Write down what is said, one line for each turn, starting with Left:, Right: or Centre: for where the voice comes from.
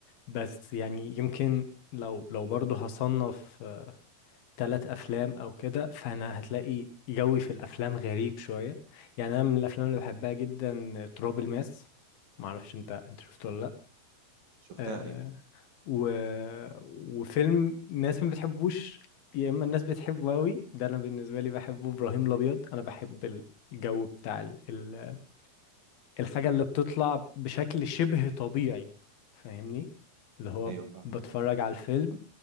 Left: بس يعني يمكن لو لو برضه هصنف ثلاث افلام او كده فانا هتلاقي جوي في الافلام غريب شويه يعني انا من الافلام اللي بحبها جدا تراب الماس ما اعرفش انت انت شفته ولا لا
Right: شفتها
Left: آه
Right: ايوه
Left: و... وفيلم ناس ما بتحبوش يا اما الناس بتحبه قوي ده انا بالنسبه لي بحبه ابراهيم الابيض انا بحب ال- الجو بتاع ال... ال... الحاجه اللي بتطلع بشكل شبه طبيعي فاهمني اللي هو
Right: ايوه فعلا
Left: بتفرج على الفيلم